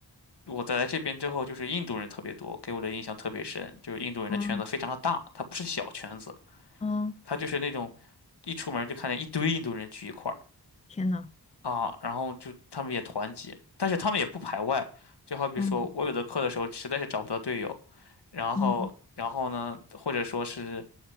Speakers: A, on the left; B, on the left.
A: 我在来这边之后，就是印度人特别多，给我的印象特别深，就是印度人的圈子非常的大，
B: 嗯。
A: 它不是小圈子，
B: 嗯，
A: 它就是那种一出门就看见一堆印度人聚一块儿
B: 天呐，
A: 啊，然后就他们也团结，但是他们也不排外，就好比说我有的课的时候实在是找不到队友，
B: 嗯
A: 然后然后呢，
B: 嗯
A: 或者说是。